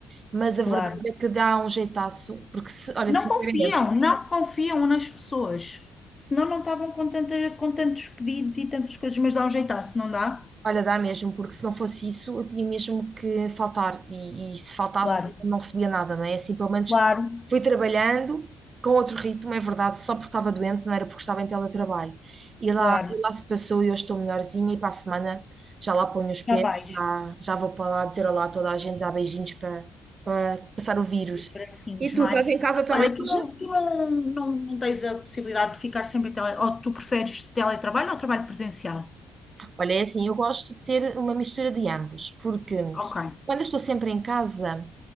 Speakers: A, on the right (about 40°); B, on the left (about 25°).
A: mas a
B: claro.
A: verdade é que dá um jeitaço, porque se, olha,
B: Não
A: sinceramente,
B: confiam, não confiam nas pessoas. Senão não estavam com, tanta, com tantos pedidos e tantas coisas, mas dá um jeitar, se não dá?
A: Olha, dá mesmo, porque se não fosse isso, eu tinha mesmo que faltar. E, e se faltasse,
B: Claro,
A: não recebia nada, não é? É Assim, pelo menos
B: claro,
A: fui trabalhando com outro ritmo, é verdade, só porque estava doente, não era porque estava em teletrabalho. E lá,
B: claro.
A: e lá se passou e eu estou melhorzinha. E para a semana já lá ponho os pés,
B: Já vais.
A: já, já vou para lá dizer olá a toda a gente, dar beijinhos para, para passar o vírus.
B: E tracinhos,
A: E tu,
B: não
A: estás
B: é? Mas
A: em casa também
B: olha, tu
A: hoje?
B: não, tu não, não, não tens a possibilidade de ficar sempre em tele... Ou tu preferes teletrabalho ou trabalho presencial?
A: Olha, é assim, eu gosto de ter uma mistura de ambos, porque
B: Ok.
A: quando eu estou sempre em casa,